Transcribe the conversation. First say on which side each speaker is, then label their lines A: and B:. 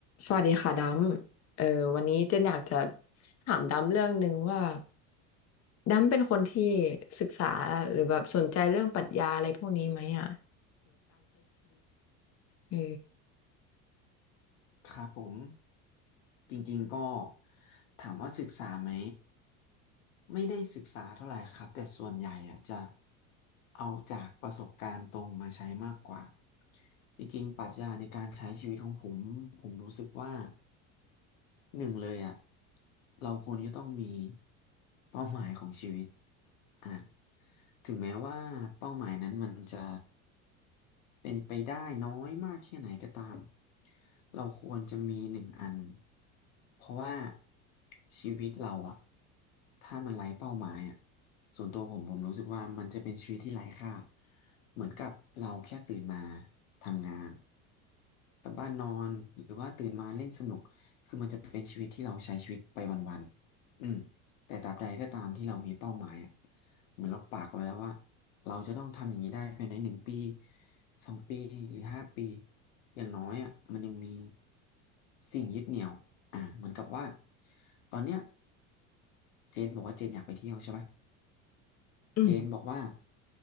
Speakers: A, on the left; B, on the left.
A: สวัสดีค่ะดำเออวันนี้เจนอยากจะถามดำเรื่องหนึ่งว่าดำเป็นคนที่ศึกษาหรือแบบสนใจเรื่องปรัชญาอะไรพวกนี้ไหมอ่ะเอ
B: ครับผมจริงๆก็ถามว่าศึกษาไหมไม่ได้ศึกษาเท่าไหร่ครับแต่ส่วนใหญ่อะจะเอาจากประสบการณ์ตรงมาใช้มากกว่าจริงๆปรัชญาในการใช้ชีวิตของผมผมรู้สึกว่าหนึ่งเลยอะเราควรจะต้องมีเป้าหมายของชีวิตอ่ะถึงแม้ว่าเป้าหมายนั้นมันจะ เป็นไปได้น้อยมากแค่ไหนก็ตามเราควรจะมีหนึ่งอันเพราะว่าชีวิตเราอะถ้ามันไร้เป้าหมายอะส่วนตัวผมผมรู้สึกว่ามันจะเป็นชีวิตที่ไร้ค่าเหมือนกับเราแค่ตื่นมาทำงานกลับบ้านนอนหรือว่าตื่นมาเล่นสนุกคือมันจะเป็นชีวิตที่เราใช้ชีวิตไปวันๆอืม แต่ตราบใดก็ตามที่เรามีเป้าหมายอะเหมือนเราปากเอาไว้แล้วว่าเราจะต้องทำอย่างนี้ได้ภายในหนึ่งปีสองปีหรือห้าปีอย่างน้อยอ่ะมันยังมีสิ่งยึดเหนี่ยวอ่าเหมือนกับว่าตอนเนี้ยเจนบอกว่าเจนอยากไปเที่ยวใช่ปะ
A: อ
B: เจนบอกว่า